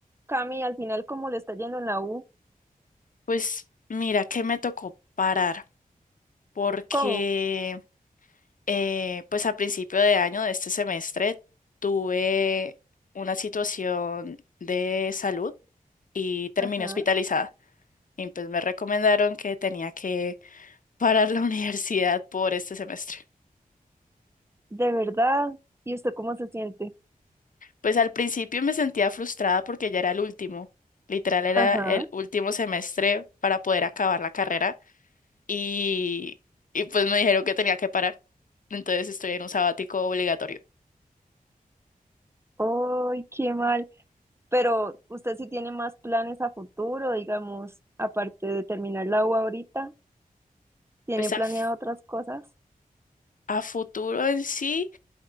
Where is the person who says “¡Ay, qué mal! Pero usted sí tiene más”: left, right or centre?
Right